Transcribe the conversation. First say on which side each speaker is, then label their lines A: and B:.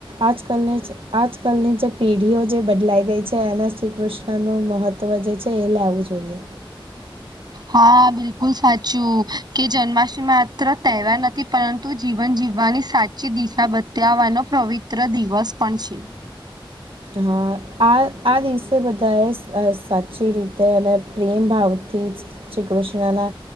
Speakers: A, on the right (about 80°); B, on the right (about 50°).
A: આજકાલની આજકાલની જે પેઢીઓ જે બદલાઈ ગઈ છે એના શ્રીકૃષ્ણનું મહત્ત્વ જે છે એ લેવું જોઈએ.
B: હા બિલકુલ સાચું કે જન્મા્ટમી માત્ર તહેવાર નથી પરંતુ જીવન જીવવાની સાચી દિશા તંવાનો પવિત્ર દિવસ પણ છે
A: હા આ આ દિવસે બધા એ સાચી રીતે અને પ્રેમ ભાવથી જ શ્રી કૃષ્ણના